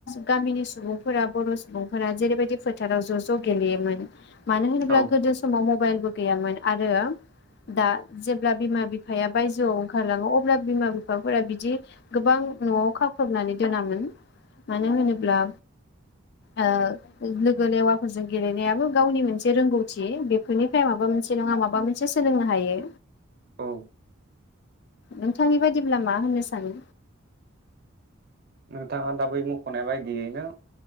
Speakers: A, on the left; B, on the right.
A: गामिनि सुबुंफोरा बर' थफोरा जेरैबायदि फोथाराव ज ज गेलेयोमोन। मानो होनोब्ला
B: औ
A: गोदो समाव मबाइलबो गैयामोन आरो दा जेब्ला बिमा बिफाया बायजोआव ओंखारलाङो अब्ला बिमा बिफाफोरा बिदि गोबां नआव खाख्रबनानै दोनामोन। मानो होनोब्ला ओ लोगो लेवाफोरजों गेलेनायाबो गावनि मोनसे रोंगौथि बेफोरनिफ्राय माबा मोनसे नङा माबा मोनसे सोलोंनो हायो।
B: औ
A: नोंथांनि बायदिब्ला मा होननो सानो??
B: नोंथाङा दा बै मखनाय बायदियैनो